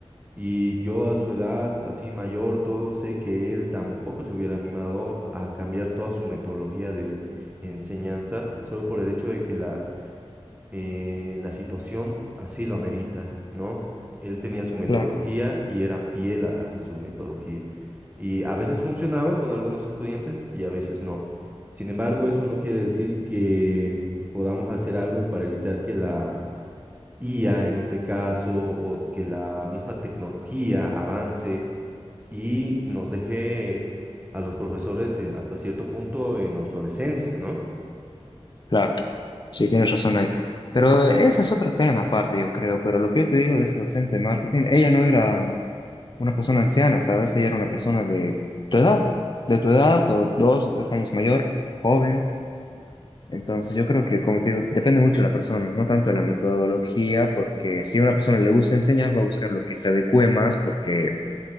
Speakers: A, on the right; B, on the left.
A: y yo a su edad, así mayor, todo, sé que él tampoco se hubiera animado a cambiar toda su metodología de enseñanza, solo por el hecho de que la eh, la situación así lo amerita, ¿no? Él tenía su metodología
B: Claro.
A: y era fiel a, a su metodología. Y a veces funcionaba con algunos estudiantes y a veces no. Sin embargo, eso no quiere decir que podamos hacer algo para evitar que la IA, en este caso, o que la misma tecnología avance y nos deje a los profesores eh, hasta cierto punto en obsolescencia, ¿no?
B: Claro. Sí, tienes razón ahí. Pero ese es otro tema aparte, yo creo. Pero lo que yo te digo de esta docente de marketing, ella no era una persona anciana, ¿sabes? Ella era una persona de tu edad, de tu edad o dos o tres años mayor, joven. Entonces yo creo que, como te digo, depende mucho de la persona, no tanto de la metodología, porque si a una persona le gusta enseñar, va a buscar lo que se adecue más, porque